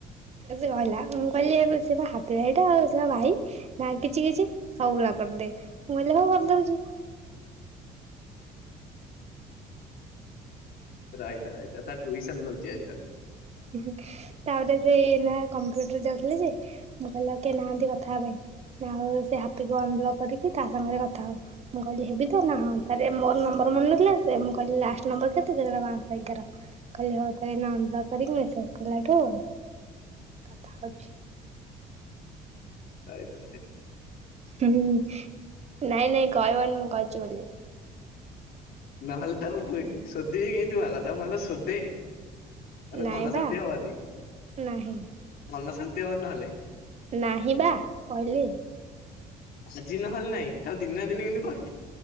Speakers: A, on the right (about 40°); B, on the left (about 65°).
A: କହିଲା ମୁଁ କହିଲି ସେ ହାପି ଭାଇଟା, ଆଉ ସେ ଭାଇ ନା କିଛି କିଛି ଖଉୁଲା କରିଦେ। ମୁ କହିଲି ହଁ କରିଦଉଛି।
B: ରହିଥା ରହିଥା ତା ଟୁଇସନ୍ ନଉଚି ଆଜି ତାହେଲେ।
A: ହ ତାପରେ ସେ ଏୟିନା କମ୍ପ୍ୟୁଟର ଯାଉଥିଲେ ଯେ, ମୁ କହିଲା ଆଉ କିଏ ନାହାନ୍ତି କଥା ହେବାକୁ। ଆଉ ସେ ହାପିକୁ ଅନବଲକ୍ କରିକି ତା ସାଙ୍ଗରେ କଥା ହଉ। ମୁଁ କହିଲି ହେବି ତଁ, ହଁ ମୋର ନମ୍ବର ମିଳୁନଥିଲା, ସେ ମୁଁ କହିଲି ଲାଷ୍ଟ ନମ୍ବର କେତେ <unintelligible> ଏଗାର। କହିଲେ ହଉ ଏୟିନା ଅନବ୍ଲକ୍ କରିକି, ମେସେଜ କଲାଠୁ କଥା ହଉଛି।
B: ଆ ଆ
A: ନାଇଁ ନାଇଁ କହିବନି ମୁଁ କହିଛି ବୋଲି।
B: ନହେଲେ ତାକୁ ଶୋଧିବି କେମତି ଆଗ ତାକୁ ଆଗ ସୋଧେ। ଆରେ
A: ନାଇଁ
B: ମନ ଶାନ୍ତି
A: ବା
B: ହବନିି,
A: ନାହିଁ
B: ମନ ଶାନ୍ତି ହବନି ନହଲେ।
A: ନାହିଁ ବା କହିଲି।
B: ଆଜି ନହେଲେ ନାଇଁ, ତାକୁ ଦିନେ ନା ଦିନେ କିନ୍ତୁ କହିବି।